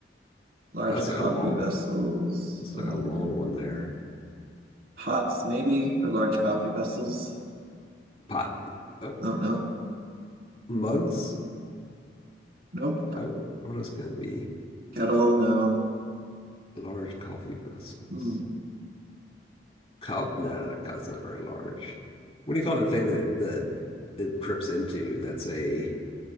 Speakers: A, on the right; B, on the left.
A: Large
B: Oh, That's
A: coffee
B: like a long.
A: vessels,
B: It's
A: um,
B: like a long one there.
A: pots maybe for large coffee vessels.
B: Pot. Oh,
A: Oh, no,
B: mugs.
A: nope.
B: Oh, what else can it be?
A: Kettle, no.
B: Large coffee vessels.
A: Hmm.
B: Cup? No, no, no. Cup. It's not very large. What do you call the thing that it the it drips into? That's a